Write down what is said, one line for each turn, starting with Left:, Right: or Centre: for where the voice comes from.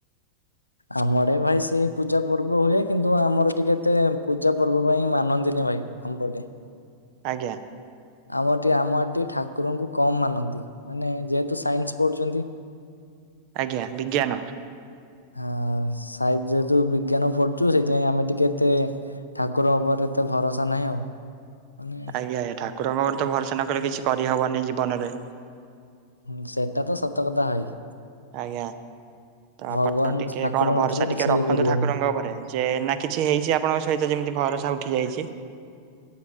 Right: <inaudible>
Left: ଆମ ଆଡ଼େ ବି ଭାଇ ସେଇ ପୂଜା ପର୍ବ ହୁଏ କିନ୍ତୁ ଆମର ଟିକେ ଏତେ ପୂଜା ପର୍ବ ପାଇଁ ମାନନ୍ତିନି ଭାଇ। ଆମ ପଟେ।
Right: ଆଜ୍ଞା।
Left: ଆମେ ଆଡ଼େ ଟିକେ ଆମ ଆଡ଼େ ଟିକେ ଠାକୁରଙ୍କୁ କମ୍ ମାନନ୍ତି ମାନେ ଯେହେତୁ ସାଇନ୍ସ ପଢ଼ୁଚନ୍ତି।
Right: ଆଜ୍ଞା ବିଜ୍ଞାନ।
Left: ହଁ ସାଇଜି ଯେହେତୁ ବିଜ୍ଞାନ ପଢ଼ୁଛୁ ସେଇଥିପାଇଁ ଆମେ ଟିକେ ଏତେ ଠାକୁରଙ୍କ ଉପରେ ଏତେ ଭରସା ନାହିଁ ଆଉ। ମାନେ
Right: ଆଜ୍ଞା ଆଜ୍ଞା ଠାକୁରଙ୍କ ଉପରେ ତ ଭରଷା ନ କଲେ କିଛି କରିହବନି ଜୀବନରେ।
Left: ହୁଁ ସେଟା ତ ସତ କଥା ଭାଇ।
Right: ଆଜ୍ଞା ତ ଆପଣ
Left: ଭଗବାନ
Right: ଟିକେ
Left: ଠାକୁର
Right: କଣ
Left: ନଥିଲେ
Right: ଭରଷା
Left: କିଛି
Right: ଟିକେ ରଖନ୍ତୁ
Left: ହେଇପାରିବନି।
Right: ଠାକୁରଙ୍କ ଉପରେ। ଯେ ନା କିଛି ହେଇଚି ଆପଣଙ୍କ ସହିତ ଯେମିତି ଭରଷା ଉଠି ଯାଇଚି?